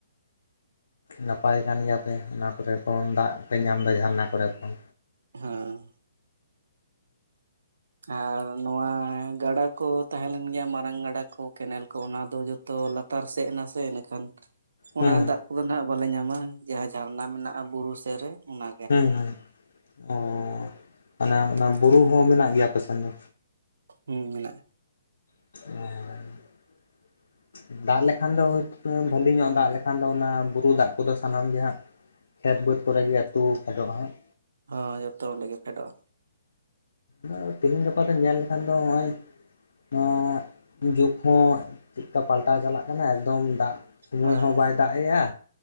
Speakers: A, on the left; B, on the right.
A: ᱱᱟᱯᱟᱭ ᱠᱟᱱ ᱜᱮᱭᱟ ᱯᱮ ᱚᱱᱟ ᱠᱚᱨᱮ ᱠᱷᱚᱱ ᱫᱟᱜ ᱯᱮ ᱧᱟᱢ ᱫᱟ ᱡᱷᱟᱨᱱᱟ ᱠᱚᱨᱮ ᱠᱷᱚᱱ᱾
B: ᱦᱚᱸ᱾ ᱟᱨ ᱱᱚᱣᱟ ᱜᱟᱰᱟ ᱠᱚ ᱛᱟᱦᱮᱸ ᱞᱮᱱ ᱜᱮᱭᱟ ᱢᱟᱨᱟᱝ ᱜᱟᱰᱟ ᱠᱚ ᱠᱮᱱᱮᱞ ᱠᱚ ᱚᱱᱟ ᱫᱚ ᱡᱚ ᱛᱚ ᱞᱟᱛᱟᱨ ᱥᱮᱜ ᱱᱟ ᱥᱮᱱ ᱱᱮᱠᱷᱟᱱ᱾ ᱚᱱᱟ
A: ᱦᱮᱸ
B: ᱫᱟᱜ ᱠᱚᱫᱚ ᱱᱟᱜ ᱵᱟᱞᱮ ᱧᱟᱢᱟ, ᱡᱟᱦᱟᱸ ᱡᱷᱟᱨᱱᱟ ᱢᱮᱱᱟᱜᱼᱟ ᱵᱩᱨᱩ ᱥᱮ ᱨᱮ ᱚᱱᱟ᱾
A: ᱦᱮᱸ ᱦᱮᱸ ᱚᱸᱻ ᱟᱱᱟ ᱚᱱᱟ
B: ᱦᱮᱸ
A: ᱵᱩᱨᱩ ᱦᱚᱸ ᱢᱮᱱᱟᱜ ᱜᱮᱭᱟ ᱟᱯᱮ ᱥᱮᱱ ᱫᱚ?
B: ᱦᱩᱸ ᱢᱮᱱᱟᱜᱼᱟ᱾
A: <unintelligible> ᱫᱟᱜ ᱞᱮᱠᱷᱟᱱ ᱫᱚ ᱦᱳᱭᱛ ᱮᱸ ᱵᱷᱟᱹᱞᱤ ᱧᱚᱜ ᱫᱟᱜ ᱞᱮᱠᱷᱟᱱ ᱫᱚ ᱚᱱᱟ ᱵᱩᱨᱩ ᱫᱟᱜ ᱠᱚᱫᱚ ᱥᱟᱱᱟᱢ ᱜᱮ ᱦᱟᱸᱜ ᱠᱷᱮᱛ ᱵᱟᱹᱫᱽ ᱠᱚᱨᱮ ᱜᱮ ᱟᱹᱛᱩ ᱯᱷᱮᱰᱚᱜᱼᱟ ᱦᱟᱸᱜ᱾
B: ᱦᱚᱸ ᱡᱚᱛᱚ ᱚᱸᱰᱮ ᱜᱮ ᱯᱷᱮᱰᱚᱜᱼᱟ᱾
A: ᱫᱟ ᱛᱮᱦᱮᱧ ᱜᱟᱯᱟ ᱫᱚ ᱧᱮᱞ ᱞᱮᱠᱷᱟᱱ ᱫᱚ ᱦᱚᱸᱼᱚᱭ ᱱᱚᱸᱜ ᱡᱚᱸᱠᱷᱚᱡ ᱪᱤᱜ ᱠᱟᱯ ᱯᱟᱞᱴᱟᱣ ᱪᱟᱞᱟᱜ ᱠᱟᱱᱟ ᱮᱠᱫᱚᱢ ᱫᱟᱜ ᱥᱩᱢᱩᱭ
B: ᱦᱳᱭ
A: ᱦᱚᱸ ᱵᱟᱭ ᱫᱟᱜ ᱮᱼᱟ᱾